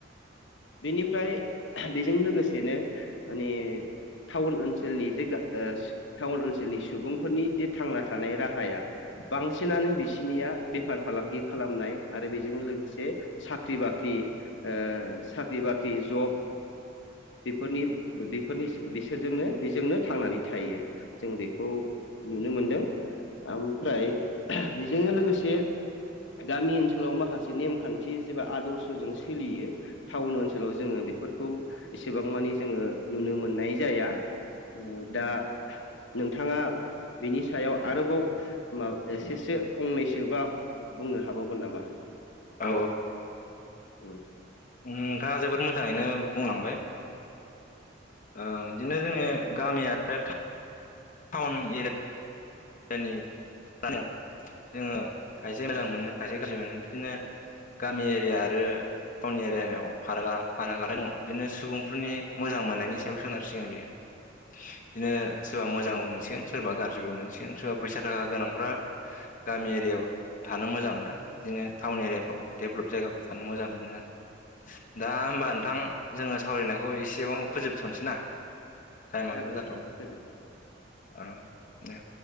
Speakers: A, on the left (about 70°); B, on the left (about 45°).
A: बेनिफ्राय आहो बेजों लोगोसेनो माने टाउन ओनसोलनि जाइगा ओ स टाउन ओनसोलनि सुबुंफोरनि जे थांना थानाय राहाया बांसिनानो बिसिनिया बेफार फालांगि खालामनाय आरो बेजों लोगोसे साख्रि बाख बाख्रि ओ साख्रि बाख्रि जब बेफोरनि बेफोरनि बिसोरजोंनो बेजोंनो थांनानै थायो जों बेखौ नुनो मोनदों ओमफ्राय बेजों लोगोसे गामि ओनसोलाव माखासे नेमखान्थि जेबा आदर्शजों सोलियो टाउन ओनसोलाव जोङो बेफोरखौ एसेबां मानि जोङो नुनो मोननाय जाया दा नोंथाङा बिनि सायाव आरोबाव माबा एसेसो फंनैसोबा बुंनो हाबावगोन नामा
B: औ
A: औ
B: उम नोंथाङा जोबोद मोजाङैनो बुंलांबाय। ओ बिदिनो जोङो गामि आरो था टाउन एरिया यानि <unintelligible> जोङो खायसे मोजां मोनो खायसे गाज्रि मोनो बिदिनो गामि एरिया आरो टाउनि एरियानियाव फारागा फारागाल दङ बिदिनो सुबुंफोरनि मोजां मोननायनि सायाव सोनारसिगोन बियो बिदिनो सोरबा मोजांबो
A: औ
B: मोनसिगोन सोरबा गाज्रिबो मोनसिगोन सिख सोरा फैसा थाखा गोनांफ्रा गामि एरियाव थानो मोजां मोना बिदिनो टाउन एरियाफ्राव डेभलप जायगाफ्राव थानो मोजां मोनो आरो दा होमबा नोंथां जोङो सावरायनायखौ एसेबां फोजोबथ'नोसै ना टाइमाबो
A: जागोन
B: जाथ'गोन
A: नोंथां गोजोनथों
B: औ दे